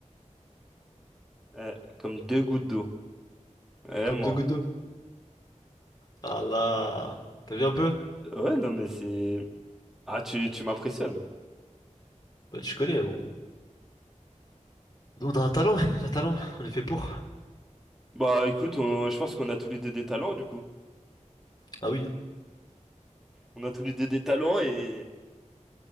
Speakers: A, in the centre; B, on the left.
A: Eh, comme deux gouttes d'eau. Vraiment.
B: Comme deux gouttes d'eau. Ah là! T'as vu un peu?
A: Ouais, non, mais c'est. Ah, tu, tu m'impressionnes.
B: Bah, tu connais, on... Nous, on a un talent, <laughs> on a un talent, on est fait pour.
A: Bah écoute, on- je pense qu'on a tous les deux des talents du coup.
B: Ah oui.
A: On a tous les deux des talents et...